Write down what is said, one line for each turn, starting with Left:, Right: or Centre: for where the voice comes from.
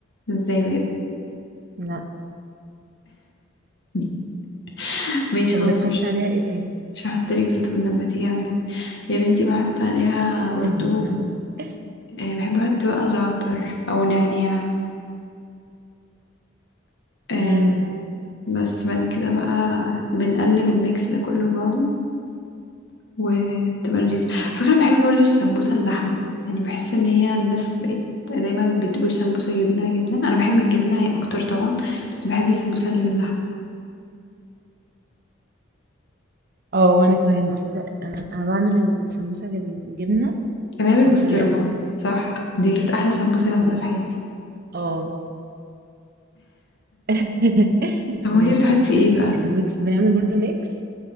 Left: ازاي بجد
Right: لا
Left: <laughs> ماشي
Right: طب
Left: خلاص
Right: بتحطي
Left: مش
Right: عليها ايه تاني
Left: مش هحط لك زيتون لما تيجي عندنا يا بنتي بحط عليها برضو
Right: <laughs>
Left: آه، بحب احط بقى زعتر او نعناع آه
Right: امم
Left: بس بعد كده بقى بنقلب الميكس ده كله في بعضه وبتبقى لذيذة على
Right: مم.
Left: فكرة أنا بحب برضو السمبوسة اللحمة يعني بحس ان هي الناس بقت دايما بتقول سمبوسة جبنة جبنة انا بحب الجبنة هي اكتر طبعا بس بحب السمبوسة اللي باللحمة
Right: اه وانا كمان بس انا انا بعمل السمبوسه بالجبنه
Left: انا بحب
Right: بطريقه
Left: البسطرمة
Right: تانية
Left: صح دي كانت احلى سمبوسة جربتها في حياتي
Right: اه <laughs>
Left: طب هو
Right: يا
Left: دي
Right: بنتي
Left: بتحطي
Right: بصي
Left: ايه بقى
Right: الميكس بنعمل برضو ميكس